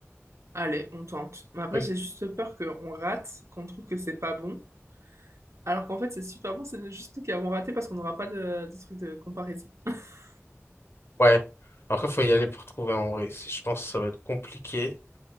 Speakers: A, on the right; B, on the left.
A: Allez, on tente. Mais après,
B: Oui.
A: j'ai juste peur qu'on rate, qu'on trouve que c'est pas bon. Alors qu'en fait, c'est super bon, c'est juste nous qui avons raté parce qu'on n'aura pas de, de truc de comparaison. <laughs>
B: Ouais. Après, faut y aller pour trouver en vrai. Si je pense que ça va être compliqué.